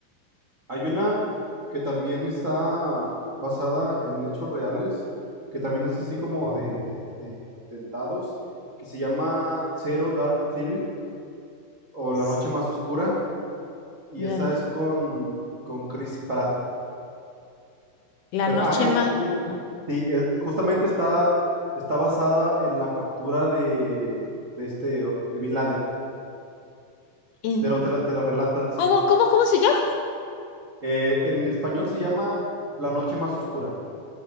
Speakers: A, on the right (about 80°); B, on the left (about 75°).
A: Hay una que también está basada en hechos reales, que también es así como de, de atentados, que se llama Zero Dark Theory o La
B: "S-
A: Noche Más Oscura, y
B: mira,
A: esa
B: no,
A: es con, con Chris Pratt.
B: la
A: Pero,
B: noche
A: ah, eh,
B: más...
A: eh, eh,
B: No.
A: sí, eh, eh, justamente está, está basada en la captura de, de este, o- de Bin Laden.
B: En-
A: Te lo, te la, te la relatan, sí.
B: ¿Cómo, cómo, cómo se llama?
A: Eh, en español se llama La noche más oscura.